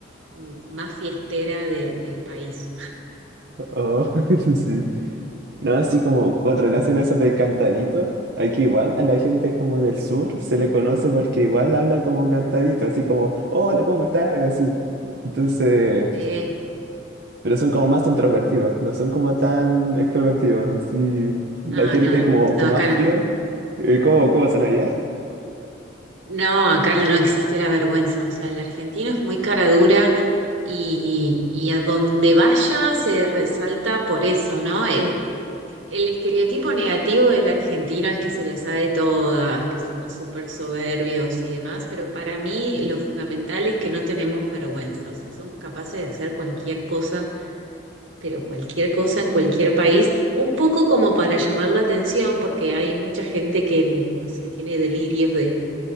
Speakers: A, on the right; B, on the right.
A: mm, más fiestera de- del país.
B: Oh, <laughs> sí. No, así como con relación a eso de cantadito, aquí igual a la gente como del sur se le conoce porque igual habla como cantadito, así como, hola, ¿cómo estás? Y así. Entonces...
A: Sí.
B: pero son como más introvertidos, no son como tan extrovertidos. Sí, la
A: Ah,
B: gente
A: no,
B: como,
A: no,
B: como
A: acá
B: más frío.
A: no.
B: Eh, ¿Cómo, cómo son allá?
A: No, acá no existe la vergüenza. O sea, el argentino es muy cara dura y, y a donde vaya se resalta por eso, ¿no? Eh, el estereotipo negativo del argentino es que se las sabe todas, que somos súper soberbios y demás, pero para mí lo fundamental es que no tenemos vergüenza. O sea, somos capaces de hacer cualquier cosa, pero cualquier cosa en cualquier país, un poco como para llamar la atención, porque hay mucha gente que, no sé, tiene delirios de